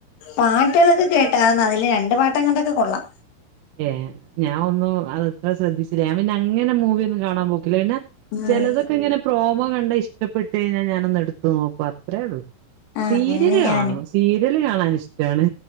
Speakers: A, on the left; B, on the right.
A: പാട്ടുകളൊക്കെ കേട്ടായിരുന്നതിലുരണ്ടുപാട്ടെങ്ങാണ്ടൊക്കെ കൊള്ളാം.
B: ഏ.. ഞാൻഒന്നോ <unintelligible> അതുശ്രദ്ധിച്ചില്ല, ഞാൻ പിന്നെയങ്ങനെ മൂവി യൊന്നും കാണാൻ പോക്കില്ല പിന്നെ
A: ഉം
B: ചിലതൊക്കെ ഇങ്ങനെ പ്രോ പ്രെമോകണ്ടിഷ്ടപ്പെട്ടു കഴിഞ്ഞാൽ ഞാനെന്നുഎടുത്തുനോക്കും. അത്രയേയുള്ളൂ
A: ആഹ്
B: സീരിയലു
A: അങ്ങനെന്നെ ഞാനും
B: കാണും സീരിയലുകാണാനിഷ്ടണ്